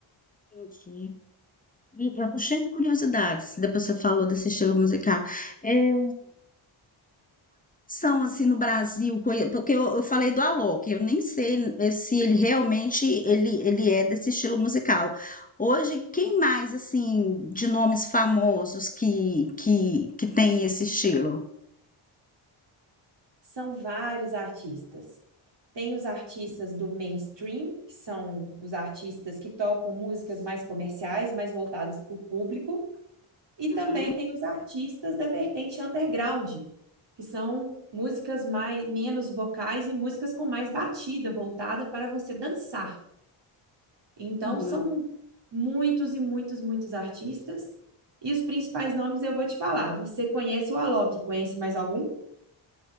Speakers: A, on the left; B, on the right.
A: Entendi. E eu tô cheia de curiosidades, depois você falou desse estilo musical. É, são assim no Brasil, conhe- porque eu, eu falei do Alok, eu nem sei eh, se ele realmente ele, ele é desse estilo musical. Hoje, quem mais assim de nomes famosos que que, que tem esse estilo?
B: são vários artistas. Tem os artistas do mainstream, que são os artistas que tocam músicas mais comerciais, mais voltadas para o público, e
A: Hum,
B: também tem os artistas da vertente underground, que são músicas mais menos vocais e músicas com mais batida, voltada para você dançar. Então
A: uhum.
B: são muitos e muitos, muitos artistas. E os principais nomes eu vou te falar. Você conhece o Alok? Conhece mais algum?